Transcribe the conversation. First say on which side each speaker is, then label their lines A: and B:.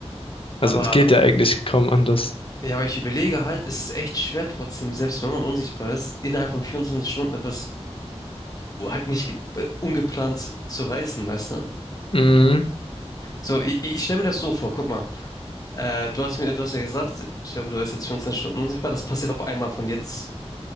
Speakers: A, on the left; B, on the left.
A: Aber
B: Also es geht ja eigentlich kaum anders.
A: ja, aber ich überlege halt, es ist echt schwer trotzdem, selbst wenn man unsichtbar ist, innerhalb von 24 Stunden etwas halt nicht ge- äh, ungeplant zu reißen, weißt du?
B: Mhm.
A: So, ich, ich stelle mir das so vor, guck mal. Äh, du hast mir, du hast ja gesagt, Stefan, du wärst jetzt 24 Stunden unsichtbar, das passiert auf einmal von jetzt